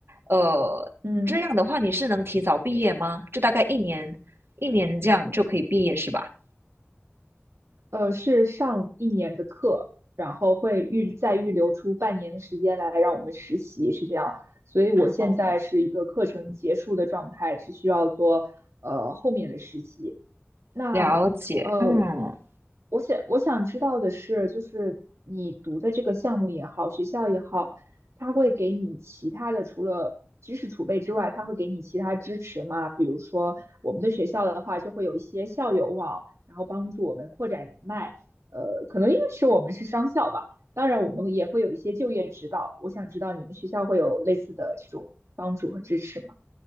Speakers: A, on the right; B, on the right.
A: 呃，
B: 嗯。
A: 这样的话，你是能提早毕业吗？就大概一年，一年这样就可以毕业是吧？
B: 呃，是上一年的课，然后会预再预留出半年的时间来让我们实习，是这样。所以我现在是一个课程结束的状态，
A: 哦，
B: 只需要做呃后面的实习。那呃，
A: 了解。嗯，
B: 我想我想知道的是，就是你读的这个项目也好，学校也好，它会给你其他的除了知识储备之外，它会给你其他支持吗？比如说我们的学校的话，就会有一些校友网，然后帮助我们扩展人脉。呃，可能因为是我们是商校吧，当然我们也会有一些就业指导。我想知道你们学校会有类似的这种帮助和支持吗？